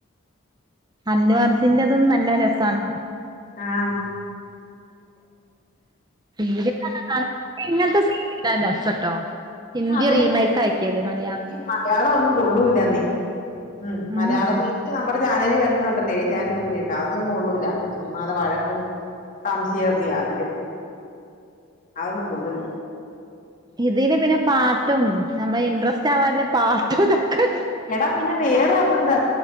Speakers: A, on the right (about 20°); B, on the left (about 40°).
A: അല്ലു അർജിന്റതും നല്ല രസാണ് കാ
B: ആം
A: <unintelligible> ഹിന്ദി
B: അതെന്നേ
A: റീമേക്ക് ആക്കിയത് മലയാളത്തിന്
B: ഈ മലയാളം ഒന്നും കൊള്ളൂല്ലന്നേ. മ്
A: ഉം
B: മലയാള സീരി <unintelligible> നമ്മടെ ചാനലി വരുന്നുണ്ടന്നേ ഏഷ്യറ്റ് സൂര്യക്കെ അതൊന്നും കൊള്ളൂല ചുമ്മാതെ വഴക്കും സംശയയോക്കെയ അതില്. അതൊന്നും കൊള്ളൂല.
A: ഇതില് പിന്നെ പാട്ടും. നമ്മെ ഇൻട്രസ്റ്റ് ആവാല്ലേ പാട്ടും ഇതൊക്കെ
B: എടാ പിന്നെ വേറെ ഒന്നുണ്ട്